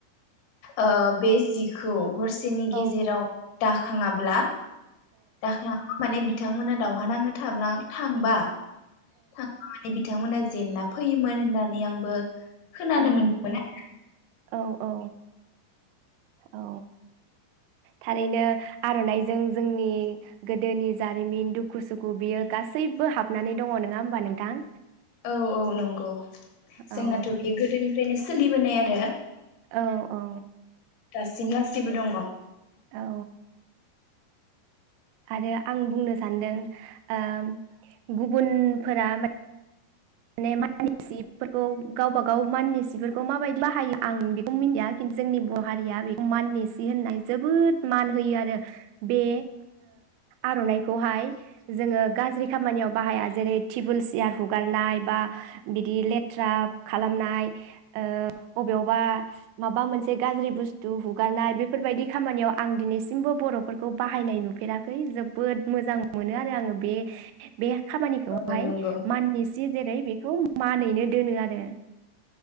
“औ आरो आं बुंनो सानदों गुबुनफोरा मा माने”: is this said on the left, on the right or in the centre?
Right